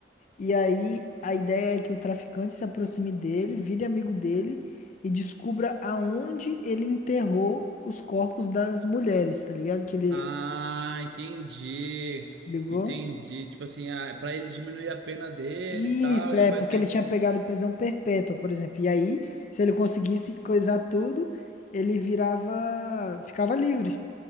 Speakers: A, on the left (about 45°); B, on the right (about 75°).
A: E aí a ideia é que o traficante se aproxime dele, vire amigo dele e descubra aonde ele enterrou os corpos das mulheres, tá ligado? Que ele
B: Ah, entendi.
A: ligou.
B: Entendi. Tipo assim, ah, pra ele diminuir a pena dele
A: Isso,
B: e tal, ele
A: é
B: vai
A: porque
B: ter
A: ele
B: que.
A: tinha pegado prisão perpétua, por exemplo. E aí, se ele conseguisse coisar tudo, ele virava, ficava livre.